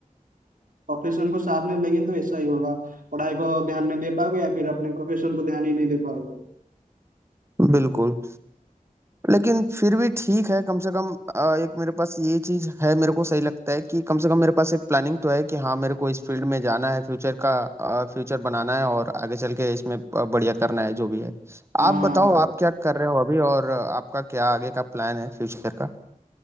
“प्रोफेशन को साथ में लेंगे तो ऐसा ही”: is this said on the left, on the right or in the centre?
Right